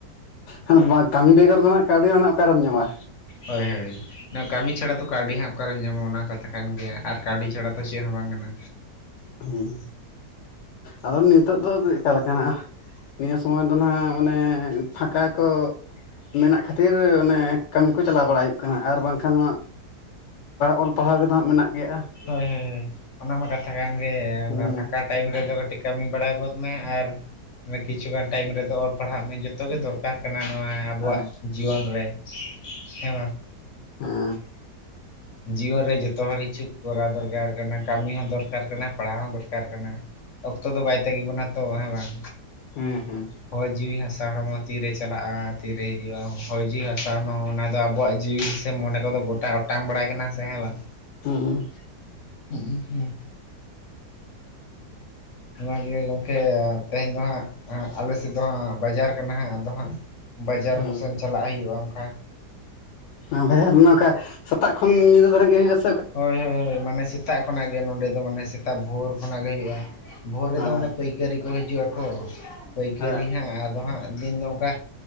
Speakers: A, on the left (about 85°); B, on the left (about 55°).
A: ᱦᱮᱸ ᱵᱟᱝ ᱠᱟᱹᱢᱤ ᱵᱮᱜᱚᱨ ᱫᱚ ᱦᱟᱜ ᱠᱟᱹᱣᱰᱤ ᱫᱚ ᱦᱟᱜ ᱚᱠᱟᱨᱮᱢ ᱧᱟᱢᱟ᱾
B: ᱦᱳᱭ ᱦᱳᱭ ᱱᱚᱣᱟ ᱠᱟᱹᱢᱤ ᱪᱷᱟᱲᱟ ᱫᱚ ᱠᱟᱹᱣᱰᱤ ᱦᱟᱸᱜ ᱚᱠᱟᱨᱮᱢ ᱧᱟᱢᱚᱜᱼᱟ ᱚᱱᱟ ᱠᱟᱛᱷᱟ ᱠᱟᱱ ᱜᱮᱭᱟ ᱟᱨ ᱠᱟᱹᱣᱰᱤ ᱪᱷᱟᱲᱟ ᱫᱚ ᱪᱮᱫ ᱦᱚᱸ ᱵᱟᱝ ᱠᱟᱱᱟ᱾
A: ᱦᱮᱸ ᱟᱫᱚ ᱱᱤᱛᱚᱜ ᱫᱚᱠᱟ ᱞᱮᱠᱟᱱᱟᱜ ᱱᱤᱭᱟᱹ ᱥᱚᱢᱚᱭ ᱫᱚ ᱱᱟᱦᱟᱜ ᱢᱟᱱᱮ ᱯᱷᱟᱸᱠᱟ ᱠᱚ ᱢᱮᱱᱟᱜ ᱠᱷᱟᱹᱛᱤᱨ ᱚᱱᱮ ᱠᱟᱹᱢᱤ ᱠᱚ ᱪᱟᱞᱟᱣ ᱵᱟᱲᱟᱭ ᱦᱩᱭᱩᱜ ᱠᱟᱱᱟ ᱟᱨ ᱵᱟᱝᱠᱷᱟᱱ ᱢᱟ ᱚᱞ ᱯᱟᱲᱦᱟᱣ ᱨᱮᱫᱚ ᱦᱟᱸᱜ ᱢᱮᱱᱟᱜ ᱜᱮᱭᱟ᱾
B: ᱦᱳᱭ ᱦᱳᱭ ᱦᱳᱭ ᱚᱱᱟᱢᱟ ᱠᱟᱛᱷᱟ ᱠᱟᱱ ᱜᱮ
A: ᱦᱩᱸ
B: ᱯᱷᱟᱠᱟ ᱴᱟᱭᱤᱢ ᱨᱮᱫᱚ ᱠᱟᱹᱴᱤᱡ ᱠᱟᱹᱢᱤ ᱵᱟᱲᱟᱭ ᱜᱚᱫ ᱢᱮ ᱟᱨ ᱮ ᱠᱤᱪᱷᱩᱜᱟᱱ ᱴᱟᱭᱤᱢ ᱨᱮᱫᱚ ᱚᱞ ᱯᱟᱲᱦᱟᱜ ᱢᱮ ᱡᱚᱛᱚ ᱜᱮ ᱫᱚᱨᱠᱟᱨ ᱠᱟᱱᱟ᱾ ᱱᱚᱣᱟ ᱟᱵᱚᱣᱟᱜ
A: ᱟᱨ
B: ᱡᱤᱭᱚᱱ ᱨᱮ ᱦᱮᱸᱵᱟᱝ
A: ᱦᱩᱸ
B: ᱡᱤᱭᱚᱱ ᱨᱮ ᱡᱚᱛᱚ ᱦᱚᱲ ᱠᱤᱪᱷᱩ ᱠᱚᱨᱟᱣ ᱫᱚᱨᱠᱟᱨ ᱠᱟᱱᱟ ᱠᱟᱹᱢᱤ ᱦᱚᱸ ᱫᱚᱨᱠᱟᱨ ᱫᱚᱨᱠᱟᱨ ᱠᱟᱱᱟ ᱯᱟᱲᱦᱟᱣ ᱦᱚᱸ ᱫᱚᱨᱠᱟᱨ ᱠᱟᱱᱟ ᱚᱠᱛᱚ ᱫᱚ ᱵᱟᱭ ᱛᱟᱹᱜᱤ ᱵᱚᱱᱟ ᱛᱚ ᱦᱮᱸ ᱵᱟᱝ᱾
A: ᱦᱮᱸ ᱦᱩᱸ
B: ᱦᱚᱭ ᱡᱤᱣᱤ ᱦᱟᱥᱟᱲ ᱦᱚᱲᱢ ᱛᱤᱨᱮ ᱪᱟᱞᱟᱜᱼᱟ ᱛᱤᱨᱮ ᱦᱤᱡᱩᱜᱼᱟ ᱦᱚᱭ ᱡᱤᱣᱤ ᱦᱟᱥᱟᱲ ᱢᱟ ᱚᱱᱟᱫᱚ ᱟᱵᱚᱣᱟᱜ ᱡᱤᱣᱤ ᱥᱮ ᱢᱚᱱᱮ ᱠᱚᱫᱚ ᱜᱚᱴᱟ ᱚᱴᱟᱝ ᱵᱟᱲᱟᱭ ᱠᱟᱱᱟ ᱥᱮ ᱦᱮᱸ ᱵᱟᱝ
A: ᱦᱩᱸ
B: ᱦᱩᱸ ᱦᱩᱸ ᱚᱱᱟᱜᱮ ᱜᱚᱝᱠᱮ ᱛᱮᱦᱮᱧ ᱫᱚ ᱦᱟᱸᱜ ᱟᱞᱮ ᱥᱮᱫ ᱫᱚ ᱦᱟᱸᱜ ᱵᱟᱡᱟᱨ ᱠᱟᱱᱟ ᱦᱟᱸᱜ ᱟᱫᱚ ᱦᱟᱸᱜ ᱵᱟᱡᱟᱨ
A: ᱦᱮᱸ
B: ᱠᱚᱥᱮᱱ ᱪᱟᱞᱟᱜ ᱦᱩᱭᱩᱜᱼᱟ ᱚᱱᱠᱟ
A: ᱦᱮᱸ ᱵᱷᱟᱜ ᱚᱱᱠᱟ ᱥᱮᱛᱟᱜ ᱠᱷᱚᱱ ᱧᱤᱫᱟᱹ ᱫᱷᱟᱨᱤᱡ ᱜᱮ ᱦᱩᱭᱩᱜ
B: ᱦᱳᱭ ᱦᱳᱭ ᱦᱳᱭ ᱢᱟᱱᱮ ᱥᱮᱛᱟᱜ ᱠᱷᱚᱱᱟᱜ ᱜᱮ ᱱᱚᱸᱰᱮ ᱫᱚ ᱢᱟᱱᱮ ᱥᱮᱛᱟᱜ ᱵᱷᱳᱨ ᱠᱷᱚᱱᱟᱜ ᱜᱮ ᱦᱩᱭᱩᱜᱼᱟ᱾ ᱵᱷᱳᱨ ᱨᱮᱫᱚ
A: ᱦᱮᱸ
B: ᱚᱱᱮ ᱯᱟᱹᱭᱠᱟᱹᱨᱤ ᱠᱚ ᱦᱤᱡᱩᱜ ᱟᱠᱚ ᱯᱟᱹᱭᱠᱟᱹᱨᱤ
A: ᱦᱮᱸ
B: ᱦᱟᱸᱜ ᱟᱫᱚ ᱦᱟᱸᱜ ᱫᱤᱱ ᱫᱚ ᱚᱱᱠᱟ